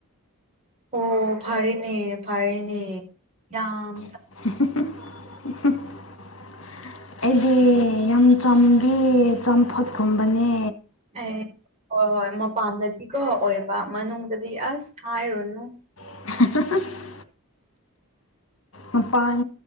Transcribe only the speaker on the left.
<inaudible> ꯑꯩꯗꯤ ꯌꯥꯝ ꯆꯝꯕꯤ ꯆꯝꯐꯨꯠꯀꯨꯝꯕꯅꯦ
<unintelligible> ꯃꯄꯥꯟ